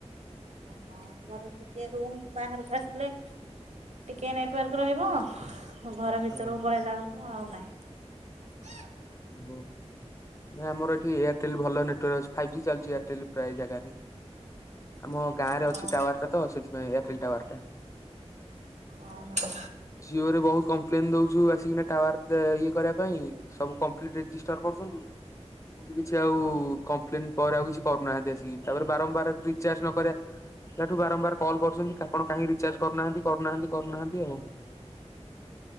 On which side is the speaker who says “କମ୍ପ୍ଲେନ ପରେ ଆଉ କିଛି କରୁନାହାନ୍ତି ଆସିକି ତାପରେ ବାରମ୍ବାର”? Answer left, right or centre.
Left